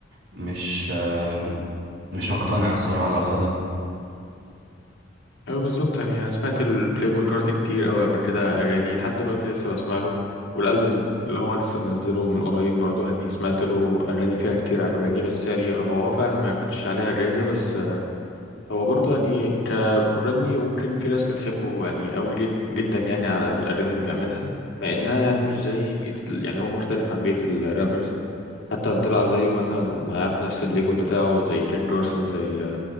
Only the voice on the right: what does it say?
مش آه، مش هقتنع الصراحة لو خدها